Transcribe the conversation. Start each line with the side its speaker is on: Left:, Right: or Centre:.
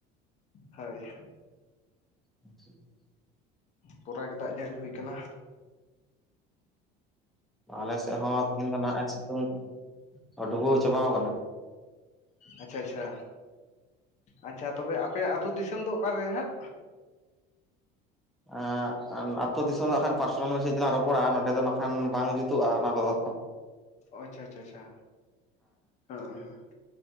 Left: ᱦᱳᱭ
Centre: <inaudible>
Left: ᱯᱩᱨᱟᱜ ᱜᱮ ᱫᱟᱜ ᱡᱟᱹᱲᱤ ᱦᱩᱭ ᱠᱟᱱᱟ
Centre: ᱚ ᱟᱞᱮ ᱥᱮᱫ ᱦᱚᱸ ᱛᱮᱦᱤᱧ ᱫᱚ ᱱᱟᱦᱟᱜ ᱮ ᱥᱤᱛᱩᱝ ᱰᱩᱵᱟᱹᱣ ᱪᱟᱵᱟ ᱟᱠᱟᱱᱟ
Left: ᱟᱪᱪᱷᱟ ᱟᱪᱪᱷᱟ, ᱟᱪᱪᱷᱟ ᱛᱚᱵᱮ ᱟᱯᱮᱭᱟᱜ ᱟᱹᱛᱩ ᱫᱤᱥᱚᱢ ᱫᱚ ᱚᱠᱟ ᱨᱮ ᱦᱟᱸᱜ
Centre: ᱟᱼ ᱟᱛᱳ ᱫᱤᱥᱚᱢ ᱫᱚ ᱟᱱ ᱯᱟᱨᱥᱚᱱᱟᱞ ᱢᱮᱥᱡᱽ ᱛᱮᱞᱟᱝ ᱨᱚᱯᱚᱲᱟ ᱱᱚᱸᱰᱮ ᱫᱚ ᱠᱷᱟᱱ ᱵᱟᱝ ᱡᱩᱛᱩᱜᱼᱟ ᱚᱱᱟ ᱠᱚᱫᱚ
Left: ᱟᱪᱪᱷᱟ ᱟᱪᱪᱷᱟ ᱟᱪᱪᱷᱟ, ᱦᱮᱸ ᱦᱮᱸ